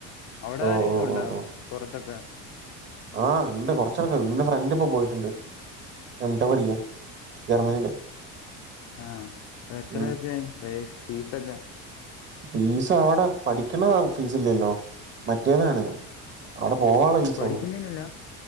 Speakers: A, on the left; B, on the right.
A: അവിടെ
B: ഓ
A: ആരെങ്കിലും
B: ഓ
A: ഉണ്ടോ
B: ഓ ഓ
A: പുറത്തൊക്കെ?
B: ആ ഉണ്ട്. കുറച്ചാൾക്കാര് എന്റെ ഫ്രണ്ടിപ്പോ പോയിട്ടുണ്ട്. <unintelligible> ജർമ്മനിയില്
A: ആഹ് എത്ര
B: ഉം
A: ഉർപ്പിയായി പൈ ഫീസൊക്കെ
B: ഫീസ് അവിടെ പഠിക്കണ ഫീസ് ഇല്ലല്ലോ മറ്റേതാണ് അവിടെ പോവളേ പഠിച്ചോളും
A: പഠിക്കുന്നതിനല്ല